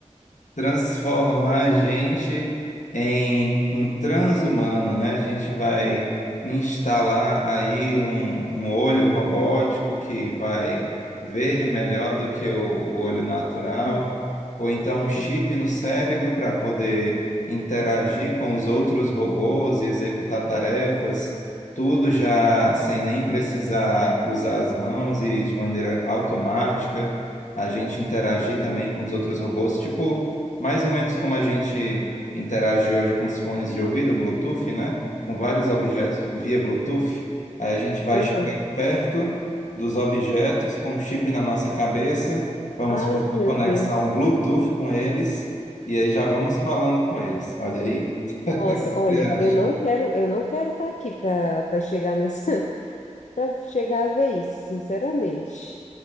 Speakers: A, on the left; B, on the left.
A: transformar a gente em um transhumano, né? A gente vai instalar aí um, um olho robótico que vai ver melhor do que o, o olho natural,
B: Hum,
A: ou então um chip
B: hum,
A: no cérebro para poder interagir
B: Verdade.
A: com os outros robôs e executar tarefas. Tudo já sem nem precisar usar as mãos e de maneira automática, a gente interagir também com os outros robôs, tipo mais ou menos como a gente interage hoje com os fones de ouvido, Bluetooth, né? Com
B: Aham,
A: vários objetos
B: sim.
A: via Bluetooth, aí a gente vai
B: Aham.
A: chegar perto dos objetos com um chip na nossa cabeça, vamos
B: Ai,
A: fazer uma
B: meu
A: conexão
B: Deus.
A: Bluetooth com eles e aí já vamos falando com eles. Olha aí, o
B: Nossa,
A: que
B: olha,
A: você acha?
B: eu não quero, eu não quero estar aqui para para chegar nessa, <laughs> para chegar a ver isso, sinceramente.